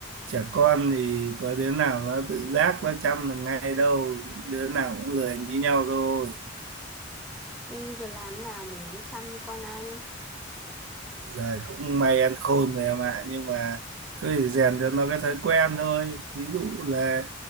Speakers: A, on the right; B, in the centre.
A: trẻ con thì có đứa nào nó tự giác nó chăm được ngay đâu đứa nào cũng lười như nhau thôi
B: Thế bây giờ làm thế nào mà để nó chăm như con anh?
A: giờ cũng may ăn khôn rồi em ạ nhưng mà cứ phải rèn cho nó cái thói quen thôi ví dụ là